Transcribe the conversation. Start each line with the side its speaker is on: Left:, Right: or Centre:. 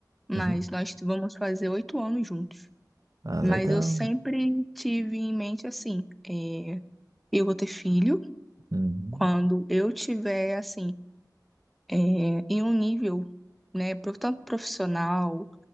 Centre: Mas
Right: uhum.
Centre: nós vamos fazer oito anos juntos.
Right: Ah,
Centre: Mas
Right: legal.
Centre: eu sempre
Right: né?
Centre: tive em mente assim, é, eu vou ter filho
Right: Uhum.
Centre: quando eu tiver assim, é, em um nível, né, pro- tanto profissional